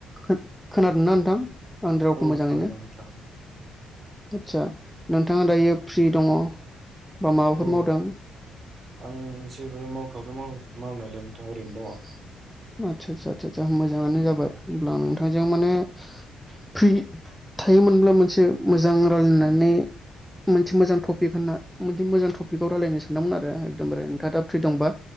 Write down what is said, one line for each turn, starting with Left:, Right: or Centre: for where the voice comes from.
Centre: खो- खोनादोंना नोंथां? आंनि रावखौ
Right: औ
Centre: मोजाङैनो
Right: खोनादों नोंथां
Centre: आदसा नोंथाङा दायो फ्रि दङ बा माबाफोर
Right: औ
Centre: मावदों
Right: आं जेबो मावथ'वाखै माव मानालाय नोंथां ओरैनो दङ।
Centre: आदसा सा सा सा आ मोजाङानो जाबाय होमब्ला आं नोंथांजों माने फ्रि थायोमोनब्ला मोनसे मोजां रायलायनानै मोनसे मोजां टपिक होनना मोनसे मोजां टपिकआव रायलायनो सानदोंमोन आरो आ एकदमबारे नोंथाङा दा फ्रि दंबा